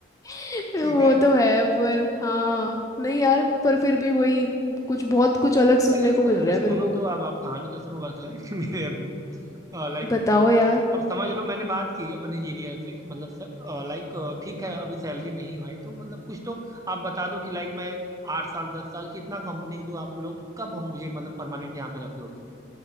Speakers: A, on the left; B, on the right.
A: <laughs>
B: ठीक
A: वो
B: है
A: तो है पर हाँ नहीं यार पर फिर भी वही कुछ बहुत कुछ अलग सुनने
B: अरे सु,
A: को मिल रहा
B: सुनो
A: है मेरे को
B: तो अब आप कहानी तो सुनो वर्क लाइफ <laughs> मेरे अभी लाइक
A: बताओ यार
B: अब अब समझ लो मैंने बात की अपने इंजीनियर से कि मतलब सर लाइक ठीक है अभी सैलरी नहीं है तो मतलब कुछ तो आप बता दो कि लाइक मैं आठ साल दस साल कितना कंपनी जो आप लोग कब हम मुझे मतलब परमानेंट यहाँ पे रख लोगे